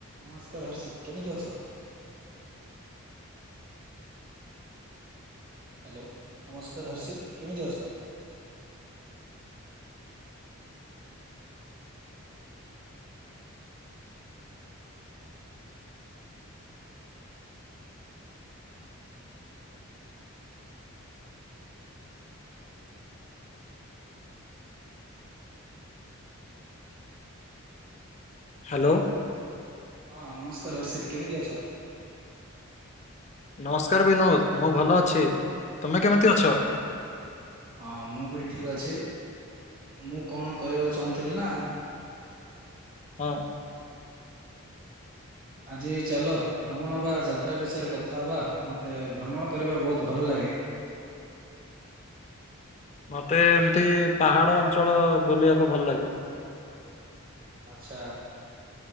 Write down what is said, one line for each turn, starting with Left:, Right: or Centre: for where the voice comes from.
Right: ନମସ୍କାର ହର୍ଷିତ କେମିତି ଅଛ। ହ୍ୟାଲୋ ନମସ୍କାର ହର୍ଷିତ କେମିତି ଅଛ?
Left: ହ୍ୟାଲୋ।
Right: ହଁ ନମସ୍କାର ହର୍ଷିତ କେମିତି ଅଛ?
Left: ନମସ୍କାର ବିନୋଦ, ମୁଁ ଭଲ ଅଛି ତମେ କେମିତି ଅଛ?
Right: ହଁ ମୁଁ ବି ଠିକ୍ ଅଛି। ମୁଁ କଣ କହିବାକୁ ଚାହୁଁଥିଲି ନା
Left: ହଁ।
Right: ଆଜି ଚାଲ। ଭ୍ରମଣ ବା ଯାତ୍ରା ବିଷୟରେ କଥା ହେବା। ମୋତେ ଭ୍ରମଣ କରିବା ବହୁତ ଭଲ ଲାଗେ।
Left: ମତେ ଏମିତି ପାହାଡ ଅଞ୍ଚଳ ବୁଲିବାକୁ ଭଲ ଲାଗେ।
Right: ଆଛା